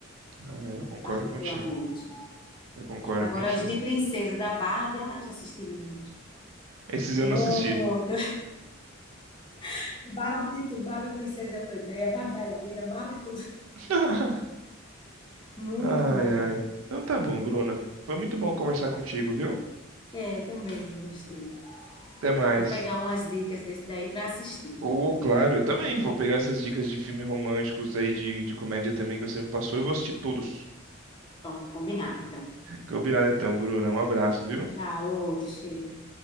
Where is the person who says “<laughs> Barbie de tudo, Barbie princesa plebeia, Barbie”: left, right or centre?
Left